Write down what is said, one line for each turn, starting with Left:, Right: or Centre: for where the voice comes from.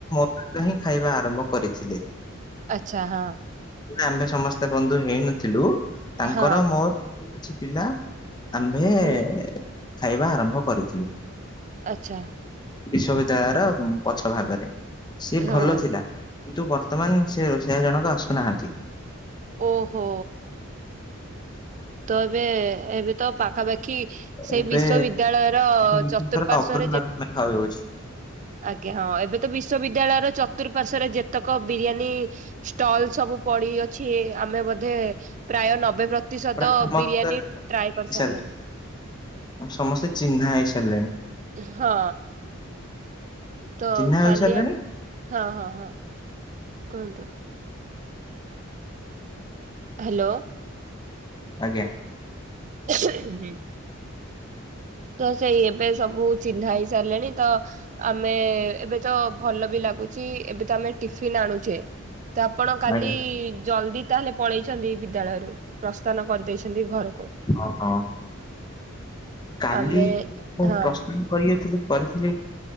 Left: ଏଟା ହିଁ ଖାଇବା ଆରମ୍ଭ କରିଥିଲେ।
Right: ଆଚ୍ଛା ହଁ।
Left: ଆମେ ସମସ୍ତେ ବନ୍ଧୁ ହେଇନଥିଲୁ ତାଙ୍କର
Right: ହଁ
Left: ମୋର କିଛି ପିଲା ଆମ୍ଭେ
Right: ହୁଁ
Left: ଖାଇବା ଆରମ୍ଭ କରିଥିଲୁ।
Right: ଆଛା।
Left: ବିଶ୍ୱବିଦ୍ୟାଳୟର ପଛ ଭାଗରେ ସିଏ
Right: ହଁ
Left: ଭଲ ଥିଲା। କିନ୍ତୁ ବର୍ତ୍ତମାନ ସେ ରୋଷେଇଆ ଜଣକ ଆସୁନାହାନ୍ତି।
Right: ଓହୋ। ତ ଏବେ ଏବେ ତ ପାଖାପାଖି କି ସେଇ
Left: ଏବେ
Right: ବିଶ୍ଵବିଦ୍ୟାଳୟର
Left: ବିଶେଷକରି
Right: ଚତୁଃପାର୍ଶ୍ଵରେ
Left: ଅଗ୍ରଭାଗ
Right: ଯେ
Left: ଖାଉଅଛି।
Right: ଆଜ୍ଞା ହଁ ଏବେ ତ ବିଶ୍ୱବିଦ୍ୟାଳୟର ଚତୁର୍ପାର୍ଶରେ ଯେତେକ ବିରିୟାନୀ ଷ୍ଟଲ ସବୁ ପଡି ଅଛି ଆମେ ବୋଧେ ପ୍ରାୟ ନବେ ପ୍ରତିଶତ ସତ
Left: ପ୍ରାୟ ସମସ୍ତେ
Right: ବିରଆନି ଟ୍ରାଏ
Left: ହେଇସାରିଛି
Right: କରି ସାରିଲଣି।
Left: ସମସ୍ତେ ଚିହ୍ନା ହେଇ ସାରିଲେଣି।
Right: ହଁ। ତ
Left: ଚିହ୍ନା ହେଇସାରିଲେଣି
Right: କାଲି <unintelligible> ହଁ ହଁ ହଁ। କୁହନ୍ତୁ। ହାଲୋ।
Left: ଆଜ୍ଞା।
Right: <unintelligible> ତ ସେଇ ଏବେ ସବୁ ଚିହ୍ନା ହେଇ ସାରିଲେଣି ତ ଆମେ ଏବେ ତ ଭଲ ବି ଲାଗୁଚି ଏବେ ତ ଆମେ ଟିଫିିନ ଆଣୁଛେ। ତ ଆପଣ କାଲି
Left: ଆଜ୍ଞା
Right: ଜଲ୍ଦୀ ତାହେଲେ ପଳେଇଛନ୍ତି ବିଦ୍ୟାଳୟରୁ ପ୍ରସ୍ଥାନ କରିଦେଇଛନ୍ତି ଘରକୁ।
Left: ଅଃ। କାଲି
Right: ଆମେ
Left: ମୁଁ
Right: ହଁ
Left: ପ୍ରସ୍ଥାନ କରିବାର ଥିଲେ କରିଥିଲି